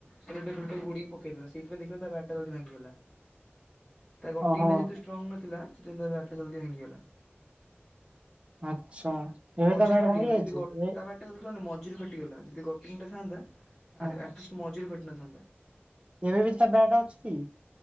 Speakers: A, in the centre; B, on the right (about 25°).
A: ସେଲଟେପେଲେଟ ଗୁଡ଼େଇପକେଇଦେଲା ସେଇଥିପାଇଁ ଦେଖିଲା ତା ବ୍ୟାଟ ଟା ଜଲ୍ଦୀ ଭାଙ୍ଗିଗଲା। ତା ଗୋଟିଙ୍ଗି
B: ଓହୋ
A: ଟା ଯେତୁ ଷ୍ଟ୍ରଙ୍ଗ ନଥିଲା ସେଥିପାଇଁ ତା ବ୍ୟାଟ ଟା ଜଲଦି ଭାଙ୍ଗିଗଲା।
B: ଆଚ୍ଛା ଏବେ
A: ମଝିରୁ
B: ତା ବ୍ୟାଟ୍
A: ଫାଟିଗଲା
B: ଭାଙ୍ଗି ଯାଇଛି।
A: ଯଦି ଗ ତା
B: ଏ
A: ବାଟ ଟା ଦେଖିଲନି ମଝିରୁ ଫାଟିଗଲା ଯଦି ଗଟିଙ୍ଗି ଟା ଥାନ୍ତା ଆ
B: ହଁ
A: ଆଟିସ ମଝିରୁ ଫାଟି ନଥାନ୍ତି।
B: ଏବେ ବି ତା ବ୍ୟାଟ ଅଛି କି?